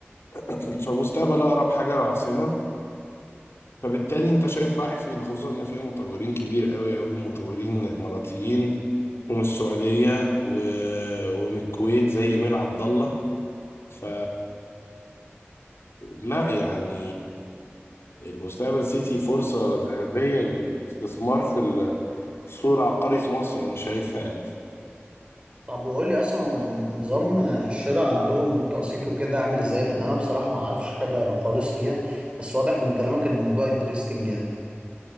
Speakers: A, on the left; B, on the right.
A: <clears throat> فمستقبل اقرب حاجه للعاصمه فبالتالي انت شايف رايح فين خصوصا ان فيها مطورين كبير قوي قوي مطورين اماراتيين ومن السعوديه و... ومن الكويت زي ايميل عبد الله ف لا يعني المستقبل سيتي فرصه ذهبيه للاستثمار في ال- في السوق العقاري في مصر انا شايفها يعني
B: طب وقول لي اصلا هم نظام الشراء عندهم والتقسيط وكده عامل ازاي لان انا بصراحة ما اعرفش حاجة خالص فيها بس واضح من كلامك ان الموضوع انترستنج يعني